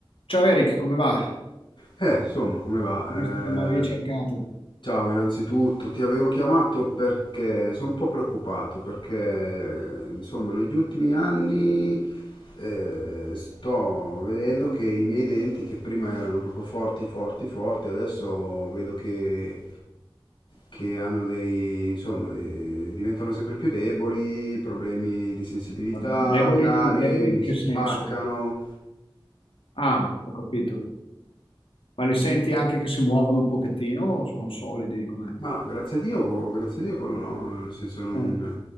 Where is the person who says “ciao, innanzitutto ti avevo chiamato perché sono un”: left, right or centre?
Left